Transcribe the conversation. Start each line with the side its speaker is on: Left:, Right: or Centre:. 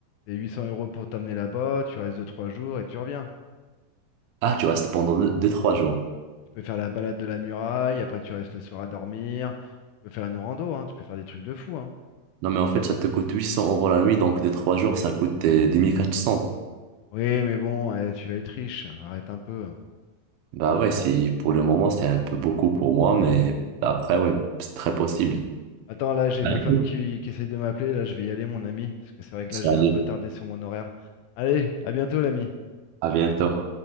Left: C'est 800 euros pour t'emmener là-bas, tu restes 2-3 jours et tu reviens.
Right: Ah, tu restes pendant 2 trois jours.
Left: Tu peux faire la balade de la muraille, après tu restes le soir à dormir. Tu peux faire une rando, hein, tu peux faire des trucs de fou. hein.
Right: Non, mais en fait, ça te coûte 800 euros la nuit, donc 2 trois jours, ça coûte euh, deux mille quatre cents
Left: Oui, mais bon, eh, tu vas être riche, arrête un peu.
Right: Bah ouais, c'est, pour le moment, c'est un peu beaucoup pour moi, mais après, ouais, c'est très possible.
Left: Attends, là, j'ai
Right: Allez.
Left: ma femme qui, qui essaye de m'appeler, là, je vais y aller, mon ami, parce que c'est vrai que là, j'ai
Right: Allez,
Left: un peu tardé sur mon horaire. Allez, à bientôt, l'ami.
Right: à bientôt.